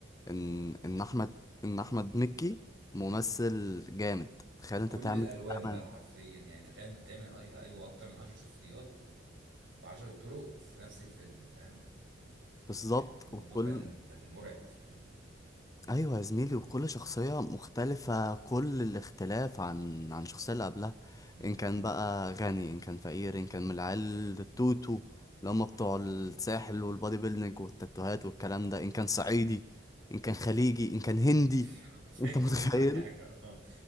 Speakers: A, on the left; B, on the right.
A: ان ان احمد ان احمد مكي ممثل جامد تخيل
B: في
A: انت
B: كل
A: تعمل
B: الالوان
A: تعمل
B: بقى حرفيا يعني تخيل انت تعمل اي ايوه اكتر من 10 شخصيات ب 10 طرق في نفس الفيلم فاهم
A: بالظبط
B: يعني الموضوع
A: وكل
B: كان كان مرعب فاهم
A: ايوه يا زميلي وكل شخصيه مختلفه كل الاختلاف عن عن الشخصيه اللي قبلها
B: مم.
A: ان كان بقى غني ان كان فقير ان كان من العيال التوتو اللي هم بتوع الساحل والبادي بيلدينج والتاتوهات والكلام ده ان كان صعيدي ان كان خليجي ان كان هندي
B: <laughs> حرفيا
A: انت
B: كل
A: متخيل
B: حاجة اه